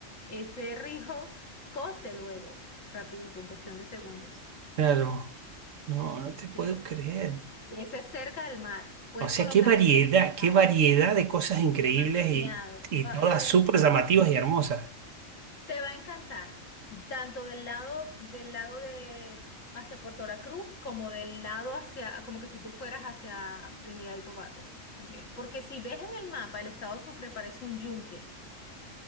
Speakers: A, on the left (about 70°); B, on the right (about 70°).
A: ese rijo cose el huevo rapidito, en cuestión de segundos.
B: claro. No, no te
A: Sí,
B: puedo creer.
A: ese es cerca del mar. Puedes
B: O sea,
A: colocar
B: qué variedad,
A: ahí el pilar,
B: qué variedad de cosas increíbles
A: demasiado,
B: y, y
A: falla
B: todas
A: del
B: súper
A: pilar.
B: llamativas y hermosas.
A: Te va a encantar, tanto del lado, del lado de hacia Puerto La Cruz como del lado hacia, como que si tú fueras hacia Trinidad y Tobago también. Porque si ves en el mapa, el estado Sucre parece un yunque.